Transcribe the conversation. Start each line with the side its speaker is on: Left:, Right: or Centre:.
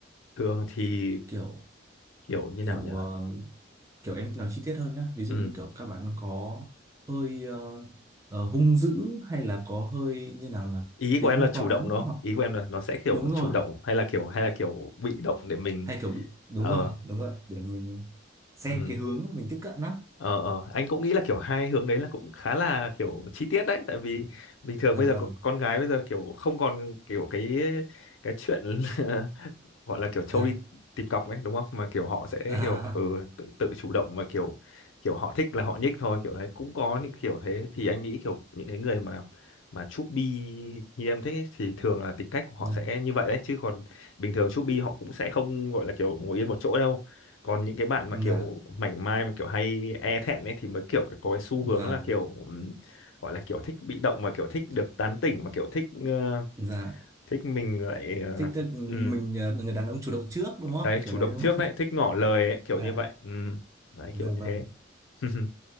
Left: thường thì
Right: Kiểu
Left: kiểu như
Right: kiểu
Left: nào nhỉ
Right: um, kiểu em nói chi tiết hơn nhá. Ví dụ
Left: ừ.
Right: như kiểu các bạn có hơi ờ, ờ, hung dữ hay là có hơi như nào là
Left: ý
Right: tính
Left: của em là chủ
Right: toán
Left: động đúng không
Right: hoặc
Left: ý của em là nó sẽ kiểu
Right: đúng rồi,
Left: chủ động hay là kiểu hay là kiểu bị động để mình
Right: hay kiểu bị đúng
Left: ờ
Right: rồi, đúng rồi để mình xem
Left: ừ.
Right: cái hướng mình tiếp cận á.
Left: ờ ờ anh cũng nghĩ là kiểu hai hướng đấy là cũng khá là kiểu chi tiết đấy tại vì bình thường
Right: Dạ
Left: bây
Right: vâng.
Left: giờ có- con gái bây giờ kiểu không còn kiểu cái cái chuyện <laughs> gọi là kiểu trâu
Right: dạ
Left: đi tìm cọc ấy đúng không mà kiểu họ sẽ
Right: à,
Left: kiểu ừ, tự, tự chủ động và kiểu kiểu họ thích là họ nhích thôi kiểu đấy cũng có những kiểu thế thì anh nghĩ kiểu những cái người mà mà chúc bi như em thích ấy, thì thường là tính cách của họ
Right: dạ
Left: sẽ như vậy đấy chứ còn bình thường chúc bi họ cũng sẽ không gọi là kiểu ngồi yên một chỗ đâu còn những cái bạn
Right: dạ
Left: mà kiểu mảnh mai mà kiểu hay e thẹn ấy thì mới kiểu có cái xu
Right: vâng
Left: hướng là kiểu ừm, gọi là kiểu thích bị động mà kiểu thích được
Right: Kiểu-
Left: tán tỉnh mà kiểu thích ờ,
Right: dạ
Left: thích mình lại
Right: thích tức
Left: uh,
Right: mình ờ, người đàn ông chủ động trước đúng không
Left: đấy
Right: kiểu
Left: chủ
Right: đấy
Left: động
Right: đúng
Left: trước
Right: không
Left: đấy thích ngỏ lời
Right: <laughs>
Left: ấy, kiểu
Right: dạ
Left: như vậy ừ. đấy
Right: dạ
Left: kiểu như
Right: vâng
Left: thế <laughs>